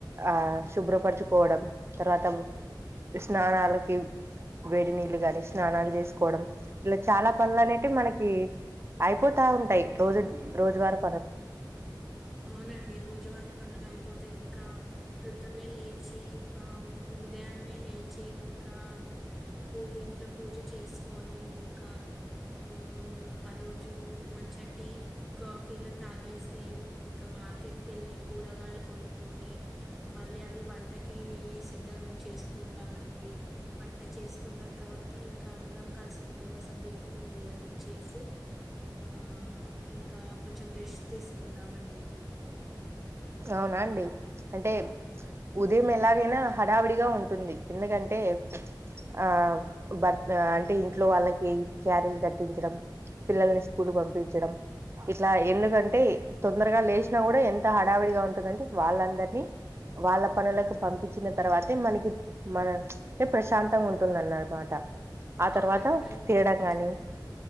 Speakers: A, on the right; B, in the centre.
A: ఆ శుభ్రపరచుకోవడం తర్వాత స్నానాలకి వేడి నీళ్ళు గాని స్నానాలు చేసుకోవడం ఇలా చాలా పనులు అనేటివి మనకి అయిపోతా ఉంటాయి రోజు రోజు వర్
B: అవునండి రోజువార్ పనులు అయిపోతాయి ఇంకా ప్రోద్దున్నే లేచి ఆ ఉదయాన్నే లేచి ఇంకా పూ ఇంట్లో పూజ చేసుకొని ఇంకా హుమ్ ఆ రోజు మంచిగా టీ కాఫీల్ తాగేసి ఇంకా మార్ ట్కెళ్ళి కూరగాయలు కొనుక్కొని మళ్ళీ అవి వంటకి సిద్ధం చేసుకుంటామండి వంట చేసుకున్న తర్వాత ఇంకా అందరం కలిసి కుటుంబ సభ్యులతో మీమ్ భోజనం చేసి ఆ ఇంకా కొ చెం రెస్ట్ తీసుకుంటామండి
A: అవునా అండి అంటే
B: అవునండి.
A: ఊ ఉదయం ఎలాగైనా హడావుడిగా ఉంటుంది ఎందుకంటే ఆ భర్త అంటే ఇంట్లో వాళ్ళకి క్యారీలు కట్టించడం పిల్లల్ని స్కూల్ పంపించడం ఇట్లా ఎందుకంటే తొందరగా లేసినా కూడా ఎంత హ హడావిడిగా ఉంటుందంటే వాళ్ళందరినీ వాళ్ళ పనులకు పంపించిన తర్వాతే మనకి మన ప్రశాంతంగా ఉంటుందన్నమాట ఆ తర్వాత
B: అవునండి.
A: తినడం
B: ఇంక
A: గాని